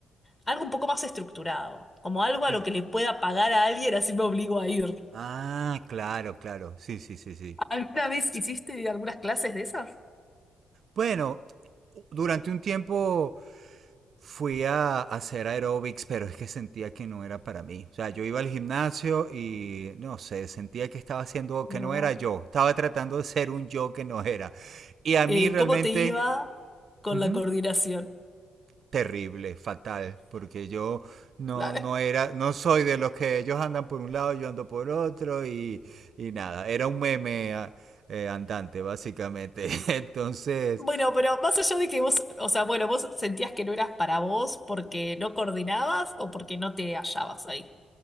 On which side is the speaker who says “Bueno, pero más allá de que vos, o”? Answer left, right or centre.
Left